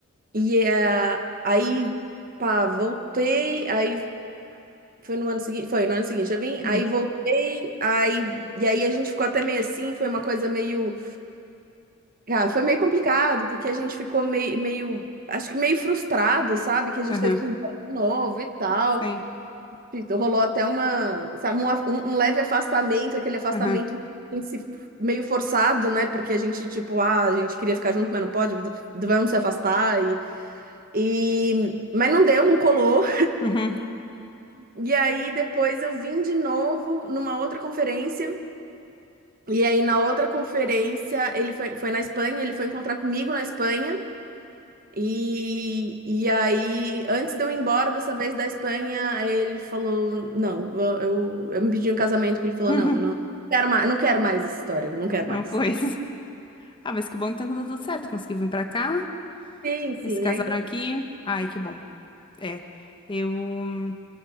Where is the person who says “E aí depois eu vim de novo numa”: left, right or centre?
Right